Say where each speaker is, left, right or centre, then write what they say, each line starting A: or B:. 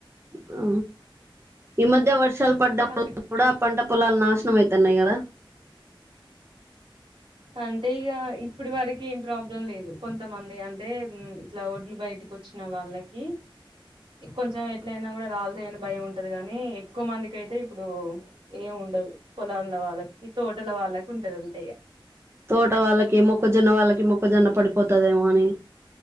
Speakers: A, on the right; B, on the right.
A: ఆ ఈ మధ్య వర్షాలు పడ్డం
B: అంటే మా
A: వల్ల
B: చుట్టూ
A: కూడా పంట పొలాలు నాశనం అయి తన్నయి కదా
B: అంటే ఇగ ఇప్పుడు వరకి ఏం ప్రాబ్లం లేదు కొంతమంది అంటే ఇట్లా ఒడ్లు బయ బయటికి వచ్చిన వాళ్లకి కొంచెం ఎట్లా అయినా రాల్ తయని భయం ఉంటది గాని ఎక్కువ మందికి అయితే ఇప్పుడు ఏం ఉండదు పొలం ఉన్న వాళ్ళకి తోటల వాళ్ళకి ఉంటది అంతే ఇగ
A: తోట వాళ్ళకి మొక్కజొన్న వాళ్ళకి మొక్కజొన్న పడిపోతుదేమో అని